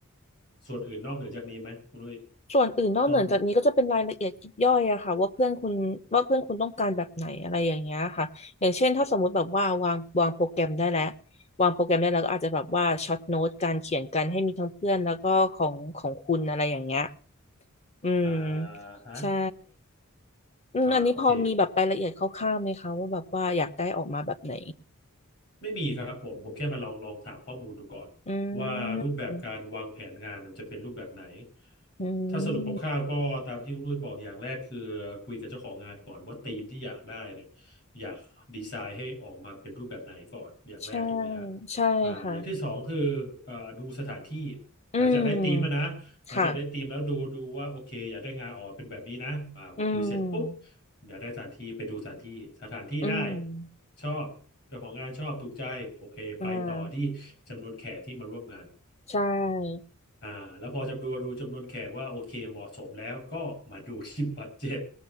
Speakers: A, on the left (about 50°); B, on the left (about 30°).
A: ส่วนอื่นนอกเหนือจากนี้ไหมคุณนุ้ย
B: ส่วนอื่นนอกเหนือจากนี้ก็จะเป็นรายละเอียดยิบย่อยอะค่ะว่าเพื่อนคุณว่าเพื่อนคุณต้องการแบบไหนอะไรอย่างเงี้ยค่ะอย่างเช่นถ้าสมมุติแบบว่าวางวางโปรแกรมได้แล้ว
A: ต้อดู
B: วางโปรแกรมได้แล้วก็อาจจะแบบว่าช็อตโน้ตการเขียนกันให้มีทั้งเพื่อนแล้วก็ของของคุณอะไรอย่างเงี้ยอืม
A: อ่าฮะ
B: ใช่อืมอันนี้พอมีแบบรายละเอียดคร่าวๆไหมคะว่าแบบว่าอยากได้ออกมาแบบไหน
A: อ่าโอเค ไม่มีครับผมผมแค่มาลองลองถามข้อมูลดูก่อน
B: อื
A: ว่ารูปแบบการวางแผนงานมันจะเป็นรูปแบบไหน
B: มอื
A: ถ้าสรุปคร่าวๆก็ตามที่คุณลุยบอกอย่างแรกคือคุยกับเจ้าของงานก่อนว่าธีมที่อยากได้เนี่ย
B: ม
A: อยากดีไซน์ให้ออกมาเป็นรูปแบบไหนก่อนอย่างแรกถูกไหมฮะ
B: ใช่ใช่ค่ะ
A: อ่าอย่างที่สองคืออ่าดูสถานที่
B: อืมค่ะ
A: หลังจากได้ธีมแล้วนะหลังจากได้ธีมแล้วดูดูว่าโอเคอยากได้งานออกมาเป็นแบบนี้นะอ่าพอคุยเสร็จปุ๊บ
B: อืม
A: อยากได้สถานที่ไปดูสถานที่สถานที่ได้
B: อืม
A: ชอบเจ้าของงานชอบถูกใจโอเคไปต่อที่จำนวนแขกที่มาร่วมงาน
B: อ่าใช่
A: อ่าแล้วพอจำดูดูจำนวนแขกว่าโอเคเหมาะสมแล้วก็มาดูที่ <laughs> บัดเจ็ต